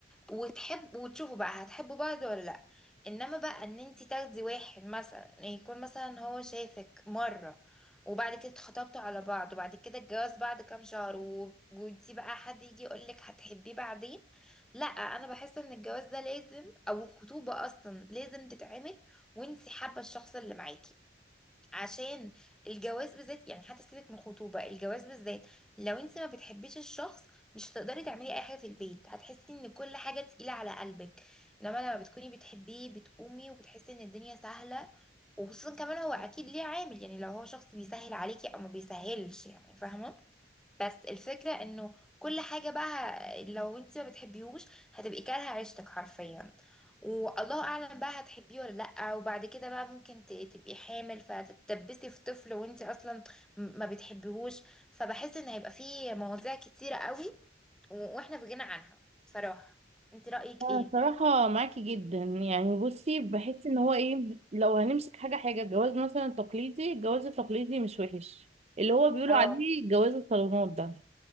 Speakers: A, in the centre; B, on the right (about 35°).
A: وتحب وتشوفوا بقى هتحبوا بعض ولا لا انما بقى ان انت تاخدي واحد مثلا يكون مثلا هو شايفك مرة وبعد كده اتخطبتوا على بعض وبعد كده الجواز بعد كام شهر و... وانت بقى حد يجي يقولك هتحبيه بعدين لا انا بحس ان الجواز ده لازم او الخطوبة اصلا لازم تتعمل وانت حابة الشخص اللي معاكي عشان الجواز بالذات يعني حتى سيبك من الخطوبة الجواز بالذات لو انت ما بتحبيش الشخص مش هتقدري تعملي اي حاجة في البيت هتحسي ان كل حاجة تقيلة على قلبك انما لما بتكوني بتحبيه بتقومي وبتحسي ان الدنيا سهلة وخصوصا كمان هو اكيد ليه عامل يعني لو هو شخص بيسهل عليكي او ما بيسهلش يعني فاهمة بس الفكرة انه كل حاجة بقى ه- لو انت ما بتحبيهوش هتبقي كارهة عيشتك حرفيا والله اعلم بقى هتحبيه ولا لأ وبعد كده بقى ممكن ت- تبقي حامل فتتدبسي في طفل وانت اصلا م- ما بتحبيهوش فبحس ان هيبقى فيه مواضيع كتيرة قوي و- واحنا في غنى عنها بصراحة انت رأيك
B: انا
A: ايه؟
B: صراحه معاكي جدا يعني بصي بحس ان هو ايه لو هنمسك حاجه حاجه الجواز مثلا التقليدي الجواز التقليدي مش وحش اللي هو بيقولوا
A: اه
B: عليه جواز الصالونات ده